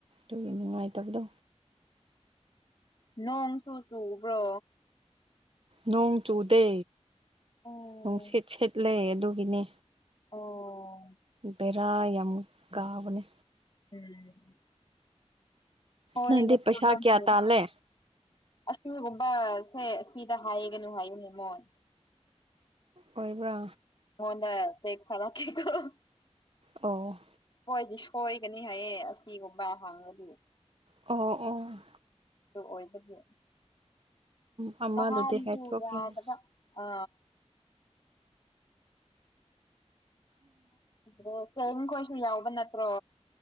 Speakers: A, on the right (about 50°); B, on the left (about 40°).
A: ꯑꯗꯨꯒꯤ ꯅꯨꯡꯉꯥꯏꯇꯕꯗꯣ
B: ꯅꯣꯡ ꯁꯨ ꯆꯨꯕ꯭ꯔꯣ
A: ꯅꯣꯡ ꯆꯨꯗꯦ
B: ꯑꯣ
A: ꯅꯨꯡꯁꯤꯠ ꯁꯤꯠꯂꯦ ꯑꯗꯨꯒꯤꯅꯦ
B: ꯑꯣ
A: ꯚꯦꯔꯥ ꯌꯥꯝ ꯀꯥꯕꯅꯦ
B: ꯎꯝ ꯍꯣꯏ
A: ꯅꯪꯗꯤ
B: <unintelligible>
A: ꯄꯩꯁꯥ ꯀꯌꯥ ꯇꯥꯜꯂꯦ
B: ꯑꯁꯤꯒꯨꯝꯕꯁꯦ ꯑꯁꯤꯗ ꯍꯥꯏꯒꯅꯨ ꯍꯥꯏꯕꯅꯦ ꯃꯣꯏ
A: ꯑꯣꯏꯕ꯭ꯔꯥ
B: <unintelligible>
A: ꯑꯣ
B: ꯑꯩꯈꯣꯏꯗꯤ ꯁꯣꯏꯒꯅꯤ ꯍꯥꯏꯌꯦ ꯑꯁꯤꯒꯨꯝꯕ ꯍꯥꯡꯉꯗꯤ
A: ꯑꯣ ꯎꯝ
B: ꯑꯗꯨ ꯑꯣꯏꯕꯗꯤ
A: ꯑꯃꯗꯨꯗꯤ
B: ꯅꯍꯥꯟꯁꯨ
A: ꯎꯝ ꯍꯥꯏꯊꯣꯛꯈ꯭ꯔꯅꯤ
B: ꯌꯥꯗꯕ ꯑ ꯑꯣ ꯈꯪꯗ꯭ꯔꯦ ꯈꯣꯏꯁꯨ ꯌꯥꯎꯕ ꯅꯠꯇ꯭ꯔꯣ